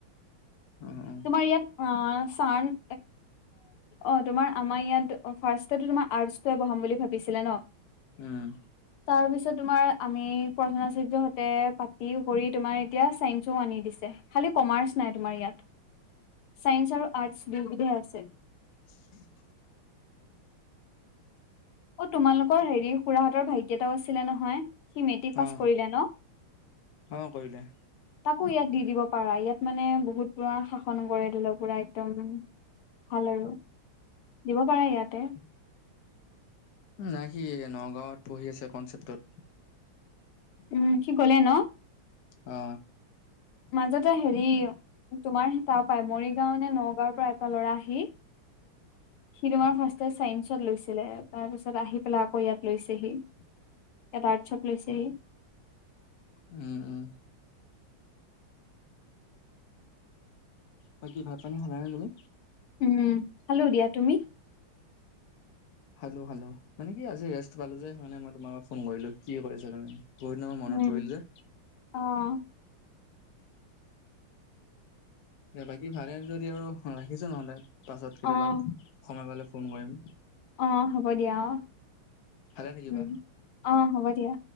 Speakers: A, on the left; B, on the left.
A: অ অ
B: তোমাৰ ইয়াত অ চান অ তোমাৰ আমাৰ ইয়াত ফাৰ্ষ্টো তোমাৰ আৰ্টছটোৱে পঢ়াম বুলি ভাবিছিলে ন,
A: উম।
B: তাৰপিছত তোমাৰ আমি প্ৰধান আচাৰ্য্যহতে পাতিও কৰি তোমাৰ এতিয়া ছাইন্সও আনি দিছে। খালি কমাৰ্চ নাই তোমাৰ ইয়াত। চাইন্স আৰু আৰ্টচ দুয়বিধে আছে।
A: <unintelligible>
B: অ তোমালোকৰ হেৰি খুৰাহঁতৰ ভাইটি এটাও আছিলে নহয়, সি মেট্ৰিক পাছ
A: অ
B: কৰিলে ন?
A: অ কৰিলে।
B: তাকো ইয়াত দি দিব পাৰা। ইয়াত মানে বহুত পুৰা শাসন কৰে ধৰি লওক পুৰা একদম ভাল আৰু, দিব পাৰা ইয়াতে।
A: উ নাই সি নগাঁৱত পঢ়ি আছে কনচেপ্টত।
B: উম সি গ'লে ন?
A: অ।
B: মাজতে হেৰি তোমাৰ তাৰ পাই, মৰিগাঁও নে নগাঁওৰ পৰা এটা ল'ৰা আহি সি তোমাৰ ফাৰ্ষ্টে চাইন্সত লৈছিলে, তাৰ পিছত আহি পেলাই আকৌ ইয়াত লৈছেহি। ইয়াত আৰ্ষ্টত লৈছেহি।
A: উম, উম। বাকী ভাত পানী খালানে তুমি?
B: উম, খালো দিয়া, তুমি?
A: খালো, খালো মানে কি আজি ৰেষ্ট পালো যে সেইকাৰণে মই তোমাৰ ফোন কৰিলো কি কৰিছা তুমি। বহুতদিন মূৰত মনত
B: উম,
A: পৰিল যে।
B: অ'।
A: বাকী ভালে যদি আৰু ৰাখিছে নহলে, পাছত কেতিয়াবা
B: অ',
A: সময় পালে ফোন কৰিম।
B: অ', হ'ব দিয়া অ'।
A: ভালে থাকিবা।
B: উম, অ', হ'ব দিয়া।